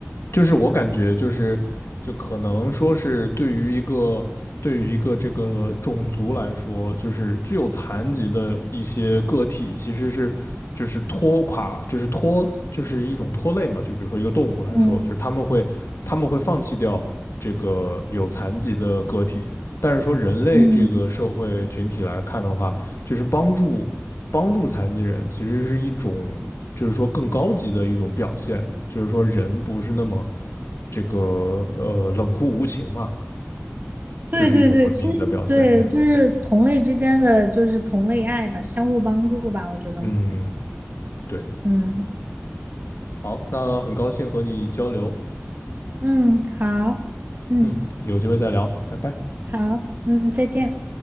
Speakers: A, on the left; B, on the right.
A: 就是我感觉就是，就可能说是对于一个对于一个这个种族来说，就是具有残疾的一些个体，其实是就是拖垮，就是拖，就是一种拖累嘛。就比如说一个动物来说，
B: 嗯
A: 就是他们会他们会放弃掉这个有残疾的个体，但是说人类这个社会群体来看的话，
B: 嗯，
A: 就是帮助帮助残疾人，其实是一种。就是说更高级的一种表现，就是说人不是那么这个呃冷酷无情嘛，
B: 对对对，
A: 就是一种文明的表现。
B: 其实对，
A: 嗯
B: 就是同类之间的就是同类爱吧，相互帮助吧，我觉得。
A: 嗯，对，
B: 嗯
A: 好，那很高兴和你交流，
B: 嗯，好，嗯
A: 嗯，有机会再聊，拜拜。
B: 好，嗯，再见。